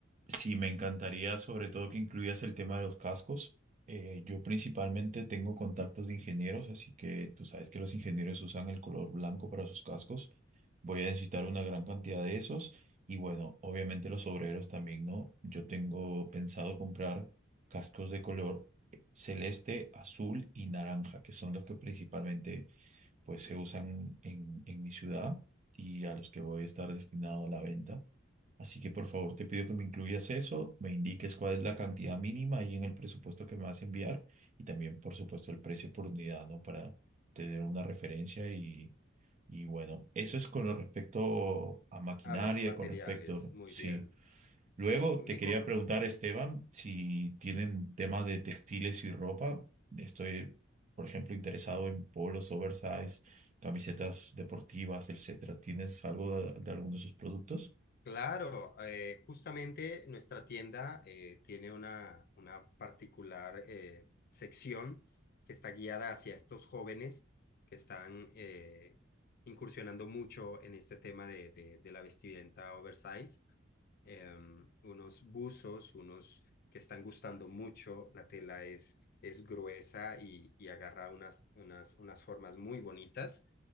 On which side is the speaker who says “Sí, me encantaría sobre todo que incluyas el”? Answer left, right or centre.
Right